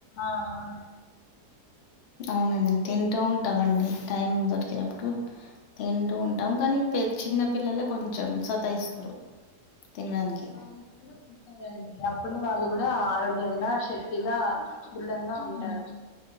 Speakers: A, on the left; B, on the left.
A: ఆహ్ అవును.
B: అవునండి తింటూ ఉంటామండి టైం దొరికినప్పుడు తింటూ ఉంటాం కానీ. చిన్న పిల్లలే కొంచెం సతాయిస్తారు. తినడానికి.
A: వాళ్ళు కూడా పుట్టారండి అప్పుడు వాళ్ళు కూడా ఆరోగ్యంగా శక్తి. ఆహ్ బలంగా
B: హ్మ్.
A: ఉంటారు